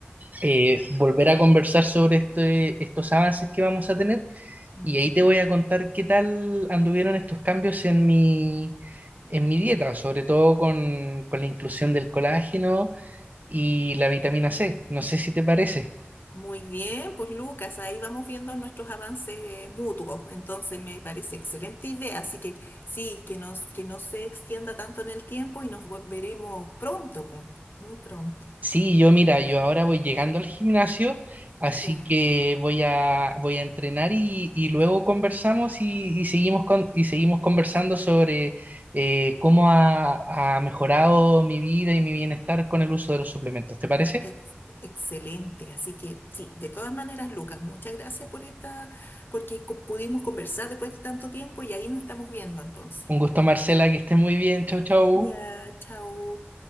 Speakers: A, on the right; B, on the left.
A: eh, volver a conversar sobre este- estos avances que vamos a tener
B: Ujú.
A: y ahí te voy a contar qué tal anduvieron estos cambios en mi, en mi dieta, sobre todo con, con la inclusión del colágeno y la vitamina C. No sé si te parece.
B: Muy bien, pues Lucas, ahí vamos viendo nuestros avances mutuos. Entonces me parece excelente idea. Así que sí, que nos, que no se extienda tanto en el tiempo y nos vo- veremos pronto, pu- muy pronto.
A: Sí, yo mira, yo ahora voy llegando al gimnasio, así
B: Ya.
A: que voy a, voy a entrenar y, y luego conversamos y, y seguimos con, y seguimos conversando sobre eh, cómo ha, ha mejorado mi vida y mi bienestar con el uso de los suplementos. ¿Te parece?
B: Ex- excelente. Así que sí, de todas maneras, Lucas, muchas gracias por esta, porque co- pudimos conversar después de tanto tiempo y ahí nos estamos viendo entonces.
A: Un gusto, Marcela, que estés muy bien. Chau,
B: Ya,
A: chau.
B: ya, chao.